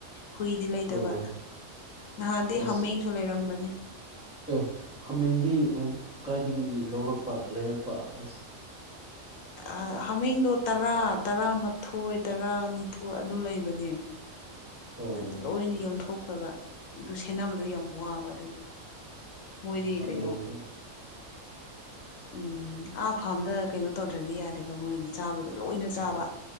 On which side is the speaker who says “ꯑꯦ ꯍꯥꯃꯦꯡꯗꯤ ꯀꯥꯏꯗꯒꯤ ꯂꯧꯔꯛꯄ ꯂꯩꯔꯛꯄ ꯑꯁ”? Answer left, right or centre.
Centre